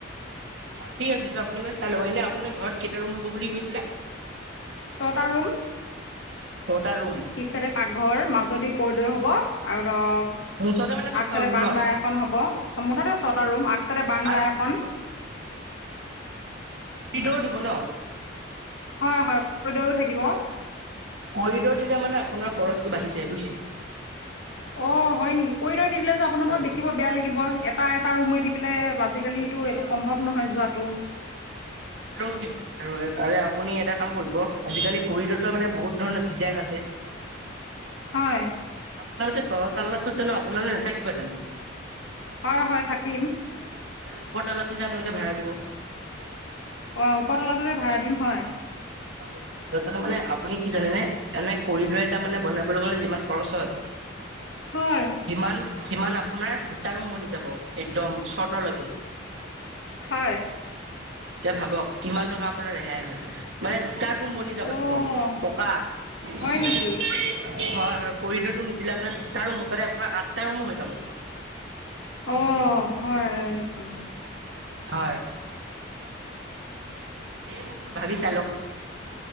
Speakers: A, on the right (about 70°); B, on the left (about 65°).
A: অ ঠিক আছে সেইটো আপুনি বাৰু চাই ল'ব। এনে আপুনি ঘৰত কেইটা ৰুম হ'ব বুলি কৈছিলে?
B: ছটা ৰুম।
A: ছটা ৰুম?
B: পিছ ছাইডে পাকঘৰ, মাজদি কৰীডৰ হ'ব আৰু ধৰক
A: মোৰ ওচৰতে মানে ছটা
B: আগ চাইডে
A: ৰুম
B: বান্দা
A: ন
B: এখন হ'ব। মুঠতে ছটা ৰুম। আগ চাইডে বান্দা
A: আৰু
B: এখন।
A: পিদৌৰ দিব ন?
B: হয়, হয় কৰিডৰো থাকিব।
A: কৰিডৰ দিলে মানে আপোনাৰ খৰচটো বাঢ়ি যায় বুইছে।
B: অ হয় নেকি? কৰীডৰ নিদিলে যে আপোনাৰ
A: হয়
B: ধৰক দেখিব বেয়া লাগিব। এটা এটা ৰুমে দি <unintelligible> আজি-কালিতো
A: সেইটো
B: এইটো সম্ভৱ নহয় যোৱাটো।
A: <unintelligible> আৰু তাৰে আপুনি এটা কাম কৰিব। আজি-কালি কৰিডৰটো মানে বহুত ধৰণৰ ডিজাইন আছে। <inaudible>
B: হয়।
A: আপোনালোকে তলৰ তাল্লাটোত জানো আপোনালোক নেথাকিব জানো?
B: হয়, হয় থাকিম।
A: তাৰ ওপৰতাল্লাটোতহে আপোনালোকে ভাড়া দিব।
B: অ ওপৰ তলাটোতহে ভাড়া দিম, হয়।
A: অ সেইটো তাৰপিছতে মানে আপুনি কি জানেনে? এনে কৰিডৰে তাৰমানে বনাবলে গ'লে যিমান খৰচ হয়
B: হয়
A: সিমান কিমান আপোনাৰ দুটা ৰুম বনি যাব একদম চৰ্টলৈকে।
B: হয়।
A: এতিয়া ভাবক কিমান টকা আপোনাৰ ৰেহাই হয়। মানে দুটা ৰুম বনি যাব
B: অ'
A: একদম পকা। হয়
B: হয় নেকি
A: আৰু কৰিডৰটো নিদিলে আপোনাৰ দুটা ৰুম মুঠতে আপোনাৰ আঠটা ৰুমো হৈ যাব।
B: অ, হয় নেকি?
A: হয়। এ মোক চো ভাবি চাই লক।